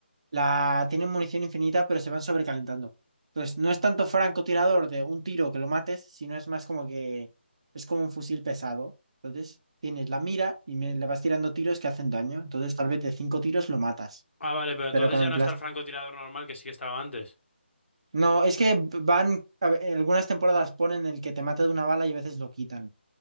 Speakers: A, on the right; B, on the left.
A: la tienen munición infinita, pero se van sobrecalentando. Entonces, no es tanto francotirador de un tiro que lo mates, sino es más como que es como un fusil pesado. Entonces, tienes la mira y me- le vas tirando tiros que hacen daño. Entonces, tal vez de cinco tiros lo matas.
B: Ah, vale, pero entonces
A: Pero con
B: ya
A: el
B: no
A: plástico.
B: está el francotirador normal que sí que estaba antes.
A: No, es que van, a ver, en algunas temporadas ponen el que te mata de una bala y a veces lo quitan.